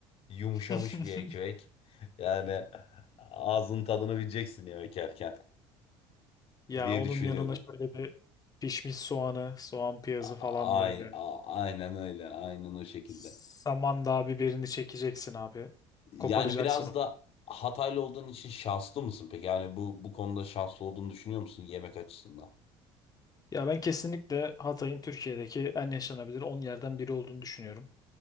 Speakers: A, on the left; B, on the left.
A: yumuşamış
B: <laughs>
A: bir ekmek. Yani ağzın tadını bileceksin yemek yerken
B: Ya
A: diye
B: onun
A: düşünüyorum.
B: yanına şöyle bir pişmiş soğanı, soğan piyazı falan
A: Ay,
B: böyle.
A: a- aynen öyle. Aynen o şekilde.
B: Samandağ biberini çekeceksin abi.
A: Yani
B: Koparacaksın
A: biraz
B: o.
A: da Hataylı olduğun için şanslı mısın peki? Yani bu bu konuda şanslı olduğunu düşünüyor musun yemek açısından?
B: Ya ben kesinlikle Hatay'ın Türkiye'deki en yaşanabilir 10 yerden biri olduğunu düşünüyorum.